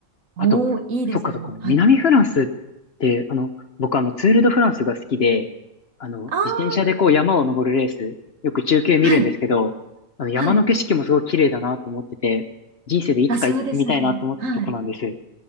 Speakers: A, on the right; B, on the left.
A: おー、
B: あと、
A: いいですね。
B: そっかそっか、
A: はい。
B: 南フランスって、あの、僕あの、ツール・ド・フランスが好きで、あの、
A: あー、
B: 自転車でこう山を登るレース、よく中継見るんですけど、
A: はい。
B: あの、山の景色もすごい綺麗だなと思ってて、
A: はい。
B: 人生でいつか行ってみたいなと思ってたとこなんです。
A: あ、そうですね。はい。
B: え、